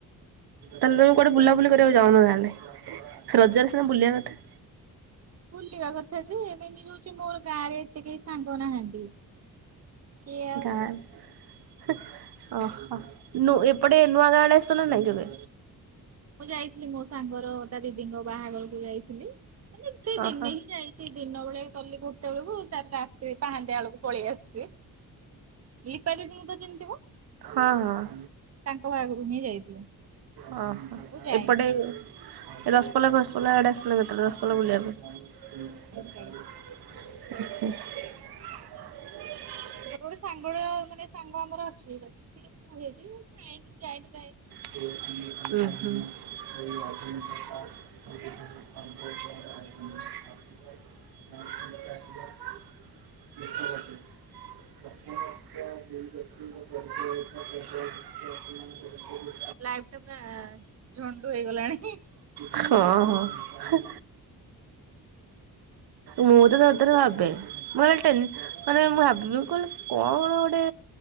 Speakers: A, on the right (about 85°); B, on the right (about 40°).
A: ତାହେଲେ ତମେ କୁଆଡେ ବୁଲାବୁଲି କରିବାକୁ ଯାଉନ ତାହେଲେ। ରଜାରେ ସିନା ବୁଲିବା କଥା।
B: ବୁଲିବା କଥା ଯେ ମେନ ଜିନିଷ ହଉଛି ମୋର ଗାଁ ରେ ଏତେ କେହି ସାଙ୍ଗ ନାହାନ୍ତି। କିଏ ଆଉ
A: ଗାଁ।
B: କୁଆଡେ
A: ହେଁ ଓ ହଃ ନୁ ଏପଟେ ନୂଆ ଆଡେ ଆସୁନ ନା କେବେ।
B: ମୁଁ ଯାଇଥିଲି ମୋ ସାଙ୍ଗର ତା ଦିଦିଙ୍କ ବାହାଘରକୁ ଯାଇଥିଲି ମାନେ ସେ
A: ଓହୋ
B: ଦିନେ ହିଁ ଯାଇି। ସେଇ ଦିନ ବେଳେ ଗଲି ଗୋଟେ ବେଳକୁ ତାପର ରାତିି ପାହାନ୍ତିଆ ବେଳକୁ ପଳେଇ ଆସିଛି। ଲିସା ଦିଦିଙ୍କୁ ତ ଚିହ୍ନି ଥିବ
A: ହଁ ହଁ।
B: ତାଙ୍କ ବାହାଘର କୁ ହିଁ ଯାଇଥିଲି।
A: ଓ ହୋ
B: ଆଉ ଯାଇନି।
A: ଏପଟେ ଦସପଲା ଫସପଲା ଆଡେ ଆସିନ କେବେ। ଦସପଲା ବୁଲିବାକୁ।
B: ସିଆଡୁକର।
A: ଉଁ ହୁଁ।
B: ସେପଟେ ଗୋଟେ ସାଙ୍ଗ ଟା ମାନେ ସାଙ୍ଗ ଆମର ଅଛି ସେ କୁହେଯେ ଯାଇନୁ ଯାଇନୁ ଯାଇନି ଆଉ।
A: ଉୁଁ ହୁଁ। ସେ ଆ ିକସ <unintelligible> <unintelligible>
B: ଲାଇଫ ଟା ପୁରା। ଝୁଣ୍ଡୁ ହେଇଗଲାଣି ହିଁ।
A: ହଁ ହଁ ହେଁ। ମୁଁ ତ ଥରେଥରେ ଭାବେ ମୁଁ କହିଲ ଟେନ ମାନେ ମୁଁ ଭାବେ କହିଲି କଣ ଗୋଟେ।